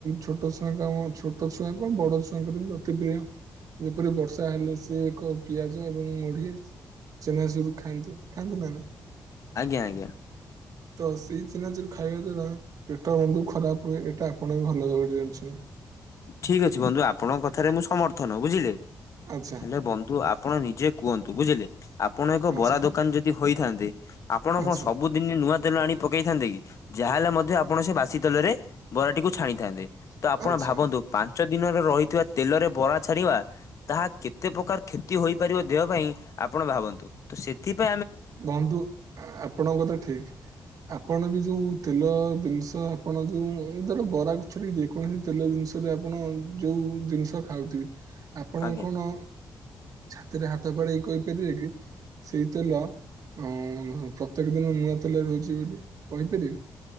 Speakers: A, on the right; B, on the left.
A: ଛୋଟ ଛୁଆ କାମ ଛୋଟ ଛୁଆଙ୍କ ବଡ ଛୁଆଙ୍କର ଅତି ପ୍ରିୟ ଯେପରି ବର୍ଷା ହେଲେ ସେ ଏକ ପିଆଜ ଏବଂ ମୁଢି ଚେନାଚୁରୁ ଖାଆନ୍ତେ ଖାଆନ୍ତୁ ନା ନାହିଁ।
B: ଆଞା ଆଜ୍ଞା।
A: ତ ସେଇ ଚିନାଚୋରୁ ଖାଇବା ଦ୍ଵାରା ପେଟ ବନ୍ଧୁ ଖରାପ ହୁଏ ଏଇଟା ଆପଣ ବି ଭଲ ଭାବବେ ଜାଣିଛନ୍ତି।
B: ଠିକ୍ ଅଛି ବନ୍ଧୁ ଆପଣଙ୍କ କଥାରେ ମୁଁ ସମର୍ଥନ ବୁଝିଲେ।
A: ଆଚ୍ଛା।
B: ହେଲେ ବନ୍ଧୁ ଆପଣ ନିଜେ କୁହନ୍ତୁ ବୁଝିଲେ। ଆପଣ ଏକ
A: ଆଚ୍ଛା
B: ବରା ଦୋକାନ ଯଦି ହୋଇଥାନ୍ତେ ଆପଣ
A: ଆଚ୍ଛା
B: କଣ ସବୁଦିନ ନୂଆ ତେଲ ଆଣି ପକେଇଥାନ୍ତେ କି? ଯାହାହଲେ ମଧ୍ୟ ଆପଣ ସେ ବାସି ତେଲରେ ବରାଟିକୁ ଛାଣିଥାନ୍ତେ, ତ ଆପଣ
A: ଆଚ୍ଛା
B: ଭାବ ପାଞ୍ଚ ଦିନରେ ରହିଥିବା ତେଲରେ ବରା ଛାଡିବା ତାହା କେତେ ପ୍ରକାର କ୍ଷତି ହୋଇପାରିବ ଦେହ ପାଇଁ ଆପଣ ଭାବନ୍ତୁ। ସେଥିପା
A: ବନ୍ଧୁ ଆପଣଙ୍କ କଥା ଠିକ୍। ଆପଣ ବି ଯୋଉ ତେଲ ଜିନିଷ ଆପଣ ଯୋଉ ଧର ବରା ଗଛରିକି ଯେକୌଣସି ତେଲ ଜିନିଷରେ ଆପଣ ଯେଉଁ ଜିନିଷ ଖାଉଥିବେ ଆପଣ
B: ଆଜ୍ଞା।
A: କଣ ଛାତିରେ ହାତ ବାଡେଇ କହିପାରିବେ କି ସେଇ ତେଲ ପ୍ରତ୍ୟେକ ଦିନ ନୂଆ ତେଲରେ ରହୁଛି ବୋଲି କହିପାରିବେ?